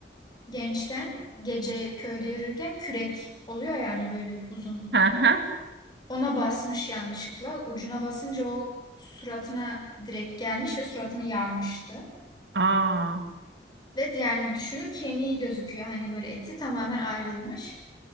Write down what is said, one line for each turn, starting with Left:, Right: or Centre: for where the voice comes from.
Left: Gençken gece köyde yürürken kürek oluyor yani böyle uzun.
Right: hı hı.
Left: Ona basmış yanlışlıkla. Ucuna basınca o suratına direkt gelmiş ve suratını yarmıştı.
Right: Aa,
Left: Ve yani düşünün kemiği gözüküyor. Hani böyle eti tamamen ayrılmış.